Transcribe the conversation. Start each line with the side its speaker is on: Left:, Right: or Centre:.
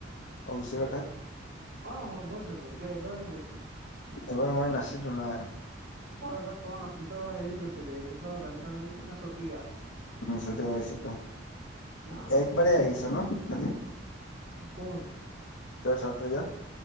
Left: অৱশ্যে কথা
Right: অ অ কৈছো ত এইবাৰতো গৈছো
Left: এইবাৰ মই নাছিলো না
Right: অ এইবাৰ ত নছিল তই হেৰি গৈছিলি এই কি কয় বালিপাৰা নেকি ন চতিয়া
Left: চতে আহছিলো
Right: আহ
Left: একবাৰেই আহিছ ন খালি
Right: কোন
Left: তই চোটপূজাত